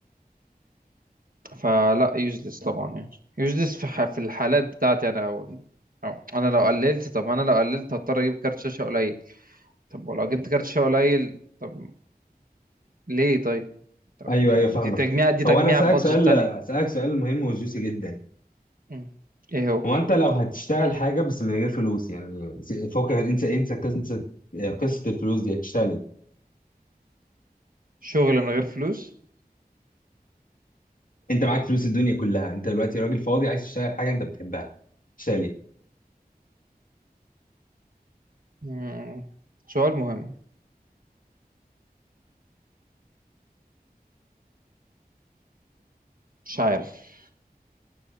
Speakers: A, on the right; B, on the left.
A: فلا يوزلس طبعا يعني يوزلس في, ح... في الحالات بتاعتي انا اول أو انا لو قللت طب انا لو قللت هضطر اجيب كارت شاشة قليل طب ولو جبت كارت شاشة قليل طب ليه طيب طب
B: ايوه ايوه فاهمك
A: دي تجميع دي تجميع
B: هو انا اسالك
A: بادجت
B: سؤال
A: تانية
B: اسالك سؤال مهم وجوسي جدا
A: مم. ايه هو
B: هو انت لو هتشتغل حاجه بس من غير فلوس يعني س- فوق انسى انسى قصه قصه الفلوس دي هتشتغل ايه
A: شغل من غير فلوس
B: انت معاك فلوس الدنيا كلها انت دلوقتي راجل فاضي عايز تشتغل حاجه انت بتحبها تشتغل ايه
A: مم. سؤال مهم مش عارف